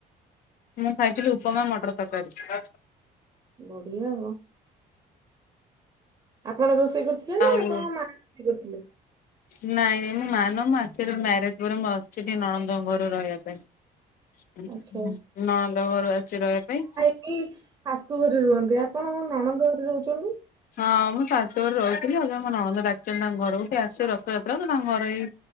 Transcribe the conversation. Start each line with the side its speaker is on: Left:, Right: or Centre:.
Left: ମୁଁ ଖାଇଥିଲି ଉପମା ମଟର ତରକାରୀ।
Right: ବଢିଆ ଆଉ। ଆପଣ ରୋଷେଇ କରୁଚ
Left: ଆଉ।
Right: <unintelligible>
Left: ନାଇଁ ନାଇଁ ମୁଁ ମାନେ ମୁଁ ଆକଚୁଆଲି ମ୍ୟାରେଜ ପରେ ମୁଁ ଆସିଛି ଟିକେ ନଣନ୍ଦଙ୍କ ଘରକୁ ରହିବାକୁ।
Right: ଆଚ୍ଛା
Left: ନଣନ୍ଦ ଘରୁ ଆସିଛି ରହିବା ପାଇଁ।
Right: କି ଶାଶୁ ଘରେ ରୁହନ୍ତି ଆପଣ କଣ ନଣନ୍ଦ ଘରେ ରହୁଚନ୍ତି।
Left: ହଁ ମୁଁ ଶାଶୁ ଘରେ ରହୁଥିଲି ଏବେ ମୋ ନଣନ୍ଦ ଡାକିଛନ୍ତି ତାଙ୍କ ଘରକୁ ଟିକେ ଆସିଛି ରଥଯାତ୍ରା ତ ତାଙ୍କ ଘର ହେଇ